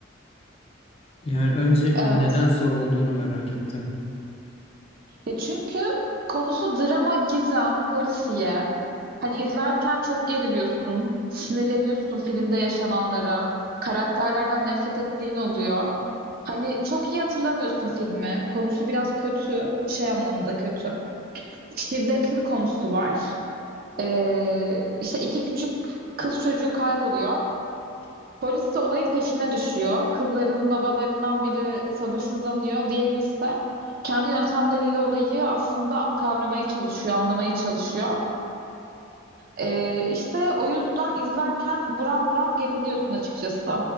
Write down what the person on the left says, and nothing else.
Yani öncelikle
neden zor olduğunu merak ettim.